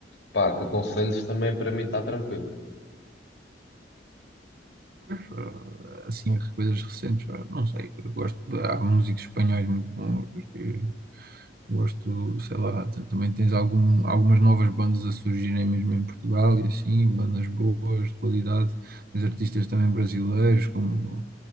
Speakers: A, on the left; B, on the right.
A: pá, que aconselhos também para mim está tranquilo.
B: Pois, ah, assim, coisas recentes, ah, não sei, eu gosto, de- há músicos espanhóis muito bons, eh, gosto, sei lá, t- também tens algum, algumas novas bandas a surgirem mesmo em Portugal e assim, bandas boas, de qualidade, tens artistas também brasileiros, como